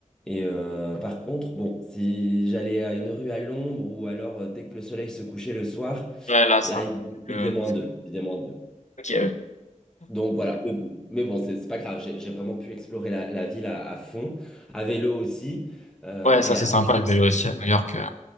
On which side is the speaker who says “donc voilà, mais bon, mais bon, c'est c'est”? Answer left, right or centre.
Centre